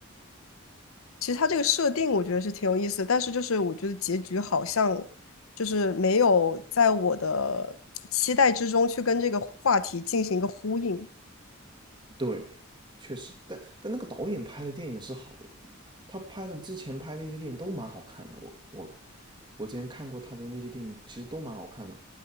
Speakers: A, on the left; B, on the right.
A: 其实它这个设定我觉得是挺有意思的，但是就是我觉得结局好像就是没有在我的期待之中去跟这个话题进行一个呼应
B: 对，确实，但但那个导演拍的电影是好的，他拍的之前拍的一些电影都蛮好看的，我我我之前看过他的那些电影，其实都蛮好看的。